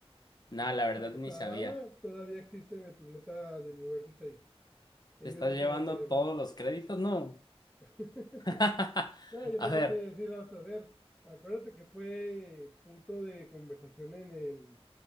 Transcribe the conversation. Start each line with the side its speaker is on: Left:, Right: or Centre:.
Left: Nah, la verdad
Centre: Sa-
Left: ni
Centre: Sadala
Left: sabía.
Centre: todavía existe en el planeta del universo seis Ellos
Left: ¿Te estás
Centre: nunca
Left: llevando
Centre: lo destruyeron.
Left: todos los créditos? No.
Centre: <laughs>
Left: <laughs>
Centre: No, yo
Left: A
Centre: pensé
Left: ver.
Centre: que sí lo vas a ver. Acuérdate que fue punto de conversación en el,